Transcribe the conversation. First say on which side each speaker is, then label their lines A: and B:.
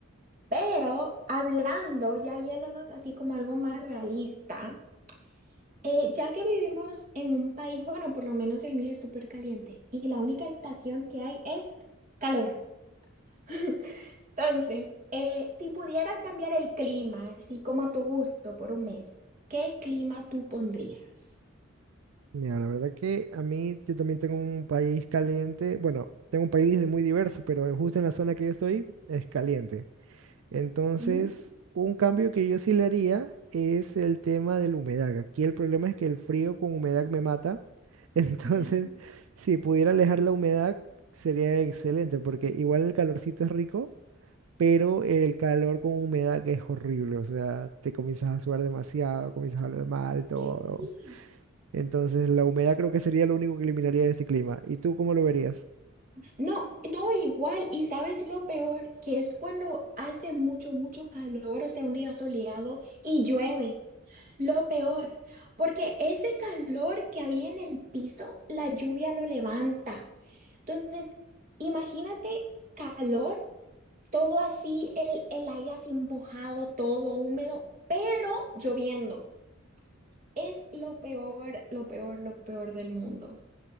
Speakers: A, on the right; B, on the right.
A: Pero hablando, ya yéndonos así como algo más realista. Eh, ya que vivimos en un país, bueno, por lo menos el mío es súper caliente y la única estación que hay es calor. <laughs> Entonces, eh, si pudieras cambiar el clima, así como a tu gusto, por un mes, ¿qué clima tú pondrías?
B: Mira, la verdad que a mí yo también tengo un país caliente. Bueno, tengo un país de muy diverso, pero justo en la zona que yo estoy es caliente. Entonces,
A: Mm,
B: un cambio que yo sí le haría es el tema de la humedad. Aquí el problema es que el frío con humedad me mata. <laughs> Entonces,
A: ya.
B: si pudiera alejar la humedad, sería excelente, porque igual el calorcito es rico, pero el calor con humedad es horrible. O sea, te comienzas a sudar demasiado, comienzas a hablar mal, todo.
A: Sí, sí.
B: Entonces, la humedad creo que sería lo único que eliminaría de este clima. ¿Y tú cómo lo verías?
A: No, no igual. Y sabes lo peor, que es cuando hace mucho, mucho calor, o sea, un día soleado y llueve. Lo peor, porque ese calor que había en el piso, la lluvia lo levanta. Entonces, imagínate calor, todo así, el, el aire así mojado, todo húmedo, pero lloviendo. Es lo peor, lo peor, lo peor del mundo.